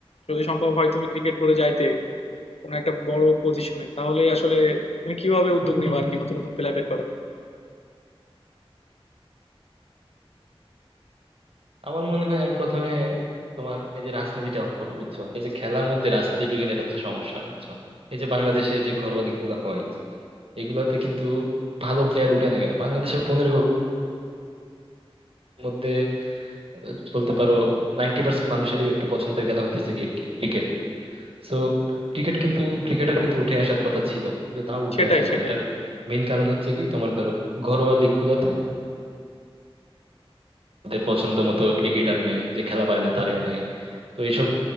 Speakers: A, on the left (about 80°); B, on the right (about 65°).
A: যদি সম্ভব হয় তুমি ক্রিকেট বোর্ডে যাইতে কোনো একটা বড় পজিশনে তাহলে আসলে তুমি কিভাবে উদ্যোগ
B: <laughs>
A: নেবে আর কি নতুন নতুন প্লেয়ার বের করার
B: আমার মনে হয় আমি প্রথমে তোমার এই যে রাজনীতিটা অফ করবো বুঝছো এই যে খেলার মধ্যে রাজনীতি ঢুকে গেলে এটা হচ্ছে সমস্যা বুঝছো এই যে বাংলাদেশে যে ঘরোয়া লিগ গুলো হয় এগুলাতে কিন্তু ভালো প্লেয়ার উঠে না কেন বাংলাদেশে পনেরো মধ্যে আহ, বলতে পারো নাইনটি পার্সেন্ট মানুষেরই একটু পছন্দের খেলা হইতেছে গিয়ে কি ক্রিকেট সো ক্রিকেট কিন্তু ক্রিকেটার কিন্তু উঠে আসার কথা ছিল কিন্তু তাও উঠে
A: সেটাই,
B: আসে না
A: সেটাই।
B: এটার মেইন কারণ হচ্ছে কি তোমার ধরো ঘরোয়া লিগ গুলাতে তাদের পছন্দ মতো ক্রিকেটার নেই যে খেলা পারে না তারেও নেই তো এইসব